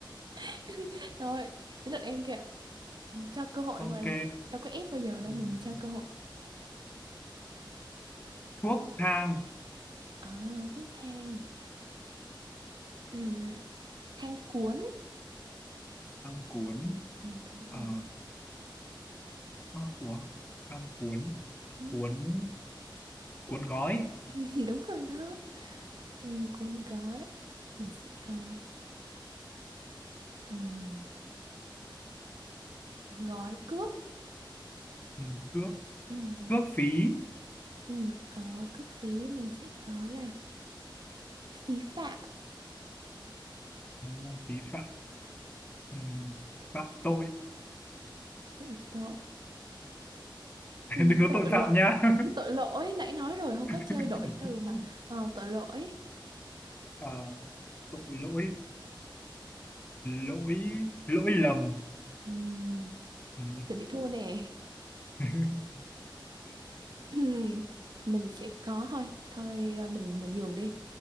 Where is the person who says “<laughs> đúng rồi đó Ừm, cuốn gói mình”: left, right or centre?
Right